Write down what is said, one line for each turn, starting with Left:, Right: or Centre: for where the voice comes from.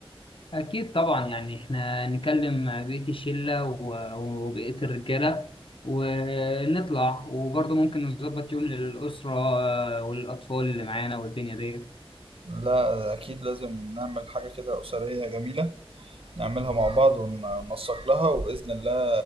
Left: اكيد طبعا يعني احنا نكلم بقية الشلة و- وبقية الرجالة ونطلع وبرضه ممكن نظبط يوم للأسرة والأطفال اللي معانا والدنيا دي
Right: لا اكيد لازم نعمل حاجه كده اسريه جميله نعملها مع بعض وننسق لها وباذن الله